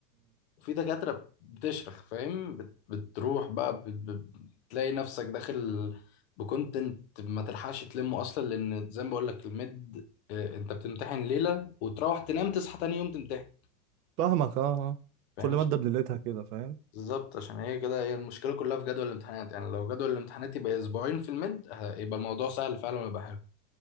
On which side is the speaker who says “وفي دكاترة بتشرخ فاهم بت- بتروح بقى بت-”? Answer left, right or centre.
Left